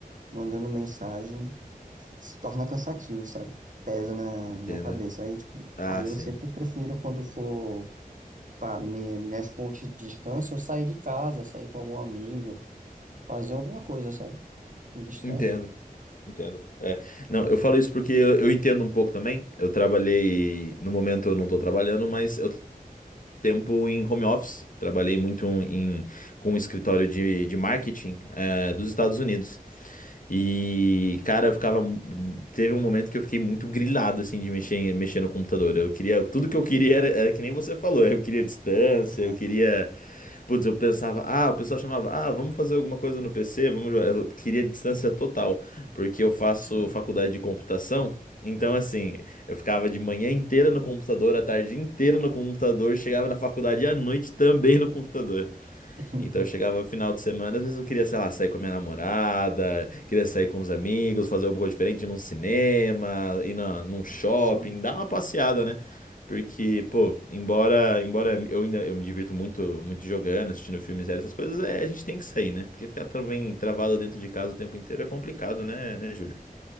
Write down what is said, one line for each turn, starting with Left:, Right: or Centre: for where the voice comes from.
Right: mandando mensagem, se torna cansativo, sabe? Pesa na,
Left: entendo.
Right: na cabeça. Aí, tipo,
Left: Ah,
Right: aí
Left: sim,
Right: eu sempre prefiro quando for para minhas fontes de descanso, eu sair de casa, sair com algum amigo, fazer alguma coisa, sabe? Me distrair.
Left: entendo. Entendo. É. Não, eu falo isso porque eu, eu entendo um pouco também. Eu trabalhei, no momento eu não tô trabalhando, mas eu tenho tempo em home office. Trabalhei muito um, em, com um escritório de, de marketing, eh, dos Estados Unidos. E, cara, eu ficava. Teve um momento que eu fiquei muito grilado, assim, de mexer, em- mexer no computador. Eu queria. Tudo que eu queria era, era que nem você falou. Eu queria distância,
Right: Ah,
Left: eu queria. Putz, eu pensava, ah, o pessoal chamava, ah, vamos fazer alguma coisa no PC, vamos jogar. Eu queria distância total, porque eu faço
Right: sim.
Left: faculdade de computação. Então, assim, eu ficava de manhã inteira no computador, a tarde inteira no computador, chegava na faculdade à noite também no computador.
Right: <laughs>
Left: Então eu chegava final de semana, às vezes eu queria, sei lá, sair com a minha namorada, queria sair com os amigos, fazer alguma coisa diferente, ir num cinema, ir na, num shopping,
Right: Sim,
Left: dar uma passeada, né? Porque, pô, embora, embora eu ainda eu me divirto muito, muito jogando, assistindo filmes, séries, essas coisas, é, a gente tem que sair, né? Porque ficar também travado dentro de casa o tempo inteiro é complicado, né, né, Júlio?